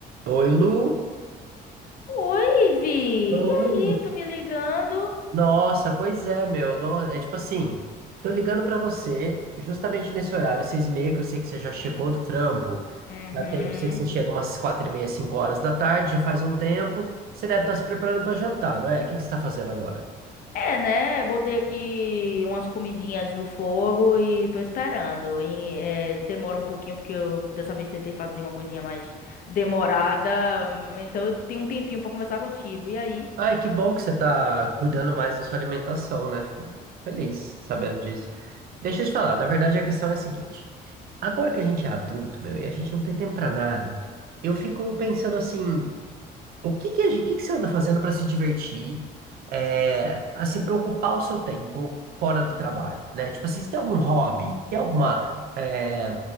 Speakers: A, on the right (about 65°); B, on the left (about 55°).
A: Oi, Lu.
B: Oi, Vi.
A: Oi.
B: E aí, tô me ligando?
A: Nossa, pois é, meu. No- É tipo assim, tô ligando pra você justamente nesse horário, seis e meia, que eu sei que você já chegou do trampo.
B: Uhum.
A: Já tem, eu sei que você chega umas quatro e meia, cinco horas da tarde, já faz um tempo. Você deve estar se preparando pra jantar, não é? O que que você tá fazendo agora?
B: É, né? Eu Botei aqui umas comidinhas no fogo e tô esperando. E, é, demora um pouquinho, porque eu dessa vez tentei fazer uma coisinha mais demorada. hum, Então eu tenho um tempinho pra conversar contigo. E aí?
A: Ai, que bom que você tá cuidando mais da sua alimentação, né? Fico feliz sabendo disso. Deixa eu te falar, na verdade a questão é a seguinte. Agora que a gente é adulto, meu, e a gente não tem tempo pra nada, eu fico pensando assim. O que que, a gen- o que que você anda fazendo para se divertir, é, assim, para ocupar o seu tempo fora do trabalho, né? Tipo assim, você tem algum hobby, tem alguma, é,